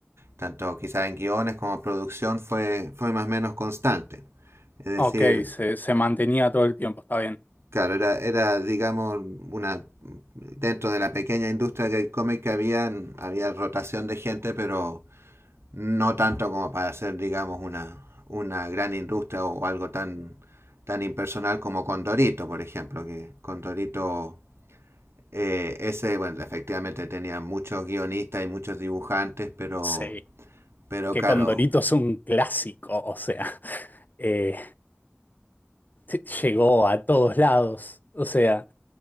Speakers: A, on the right (about 85°); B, on the left (about 45°).
A: tanto quizás en guiones como producción, fue, fue más o menos constante. Es decir,
B: Ok, se, se mantenía todo el tiempo, está bien.
A: claro, era, era digamos, una dentro de la pequeña industria del cómic había, había rotación de gente, pero no tanto como para ser, digamos, una, una gran industria o algo tan, tan impersonal como Condorito, por ejemplo, que Condorito... Eh, ese, bueno, efectivamente tenía muchos guionistas y muchos dibujantes, pero,
B: Sí.
A: pero
B: que
A: claro,
B: Condorito es un clásico, o sea, <laughs> eh, sí, llegó a todos lados, o sea,